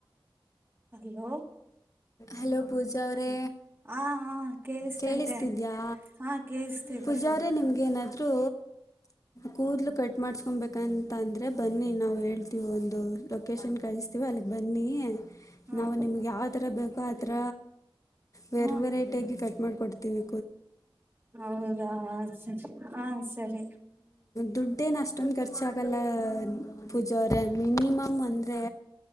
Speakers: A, on the right (about 25°); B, on the left (about 40°).
A: ಹಲೋ
B: ಹಲೋ ಪೂಜ ಪೂಜ ಅವ್ರೇ
A: ಹಾ ಹಾ ಕೇಳಿಸ್ತಾ
B: ಕೇಳಿಸ್ತಿದ್ಯಾ?
A: ಇದೆ ಹಾ ಕೇೇಳಸ್ತಿದೆ
B: ಪೂಜ ಅವ್ರೇ ನಿಮ್ಗೆ ಏನ ಆದೂ ಕೂದಲು ಕಟ್ ಮಾಡಸ್ಕೊಬೇಕಂತ ಅಂದ್ರೆ ಬನ್ನಿ ನಾವು ಹೇಳ್ತೀವಿ ಒಂದ್. ದು ಲೊಕೇಶನ್ ಕಳಿಸ್ತೀವ ಅಲ್ಲಿಗೆ ಬನ್ನಿ.
A: ಹ
B: ನಾವು ನಿಮ್ಗೆ ಯಾವ ತರ ಬೇಕೋ ಅತ್ರ ವೇರ್
A: ಹ್ಮ
B: ವೆರೈಟಿ ಆಗಿ ಕಟ್ ಮಾಡ್ ಕೊಡ್ತಿವಿ.
A: ಹೌದಾ, ಹಾ ಸರಿ
B: ದುಡ್ಡೇ ನಾಷ್ಟೊಂದು ಖರ್ಚಾಗಲ್ಲ, ಪೂಜ ಅವರೇ ಮಿನಿಮಮ್ ಅಂದರೆ,